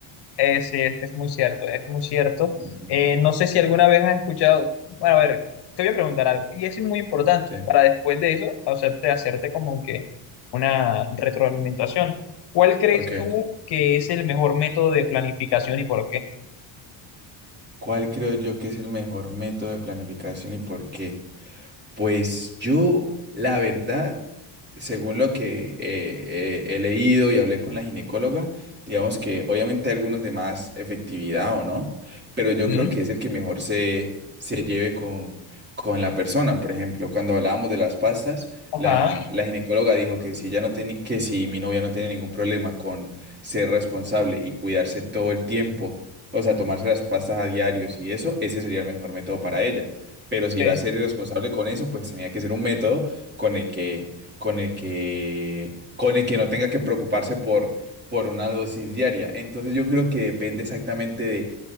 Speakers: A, on the left (about 55°); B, on the right (about 20°).
A: Eh, sí, es, es muy cierto, es muy cierto.
B: Ujú.
A: Eh, no sé si alguna vez has escuchado, bueno, a ver, te voy a preguntar algo, y eso es muy importante
B: Sí,
A: para después de eso hacerte, hacerte como que una retroalimentación. ¿Cuál crees
B: ok.
A: tú que es el mejor método de planificación y por qué?
B: ¿Cuál creo yo que es el mejor método de planificación y por qué? Pues yo, la verdad, según lo que eh, eh, he leído y hablé con la ginecóloga, digamos que obviamente hay algunos de más efectividad o no, pero yo
A: Mm.
B: creo que es el que mejor se, se lleve con, con la persona. Por ejemplo, cuando hablábamos de las pastas,
A: Ajá,
B: la, la ginecóloga dijo que si ella no tenía, que si mi novia no tiene ningún problema con ser responsable y cuidarse todo el tiempo, o sea, tomarse las pastas a diarios y eso, ese sería el mejor método para ella. Pero si
A: sí,
B: iba a ser irresponsable con eso, pues tenía que ser un método con el que, con el que, con el que no tenga que preocuparse por, por una dosis diaria. Entonces yo creo que depende exactamente de,